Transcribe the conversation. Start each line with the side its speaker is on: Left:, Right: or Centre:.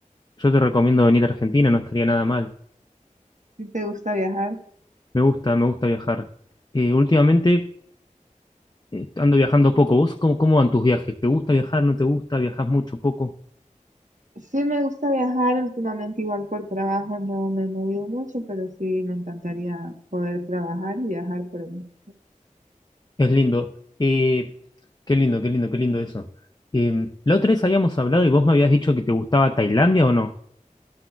Left: Yo te recomiendo venir a Argentina, no estaría nada mal.
Right: ¿Sí te gusta viajar?
Left: Me gusta, me gusta viajar. Eh, últimamente eh, ando viajando poco. ¿Vos cómo, cómo van tus viajes? ¿Te gusta viajar? ¿No te gusta? ¿Viajas mucho, poco?
Right: Sí, me gusta viajar últimamente, igual por trabajo no me he movido mucho, pero sí me encantaría poder trabajar y viajar por el mundo.
Left: Es lindo. Eh, qué lindo, qué lindo, qué lindo eso. Eh, la otra vez habíamos hablado y vos me habías dicho que te gustaba Tailandia o no.